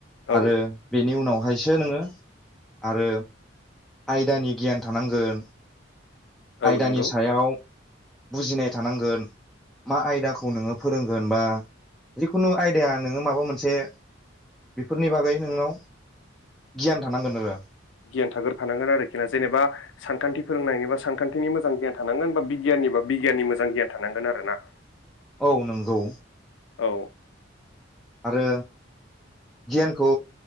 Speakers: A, in the centre; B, on the left.
A: आरो
B: औ
A: बेनि उनाव खायसो नोङो आरो आयदानि गियान थानांगोन। आयदानि
B: औ नंगौ
A: सायाव बुजिनाय थानांगोन मा आयदाखौ नोङो फोरोंगोन बा जिखुनु आयदाया नोङो माबा मोनसे बेफोरनि बागै नोंनाव गियान थानांगोन आरो
B: गियान थाग्रोफानांगोन आरोखि ना जेनेबा सानखान्थि फोरोंनायनिबा सानखान्थिनि मोजां गियान थानांगोन बा बिगियाननि बा बिगियाननि मोजां गियान थानांगोन आरो ना
A: औ नंगौ
B: औ
A: आरो गियानखौ